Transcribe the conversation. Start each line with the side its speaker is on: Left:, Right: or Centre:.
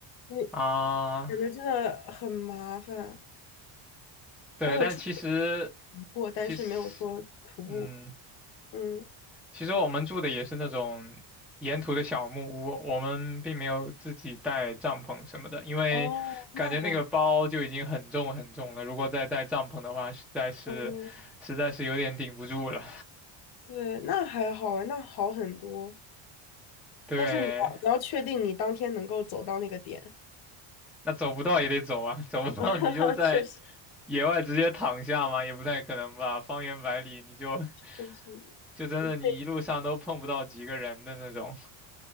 Left: 因为
Centre: 啊，
Left: 感觉真的很麻烦。
Centre: 对，
Left: 我有出
Centre: 但其实
Left: 过，但是没有说徒步。
Centre: 其实，嗯。
Left: 嗯，
Centre: 其实我们住的也是那种沿途的小木屋，我们并没有自己带帐篷什么的，因为感觉那个包就已经很重很重了，
Left: 哦，那还好。
Centre: 如果再带帐篷的话，实在是实在是有点顶不住了。
Left: 嗯，对，那还好啊，那好很多。
Centre: 对，
Left: 但是你要你要确定你当天能够走到那个点。
Centre: 那走不到也得走啊，走不到你就在
Left: <laughs> 确实，
Centre: 野外直接躺下嘛，也不太可能吧，方圆百里你就 <laughs>
Left: 确实，
Centre: 就真的你一路上都碰不到几个人的那种。
Left: 就被，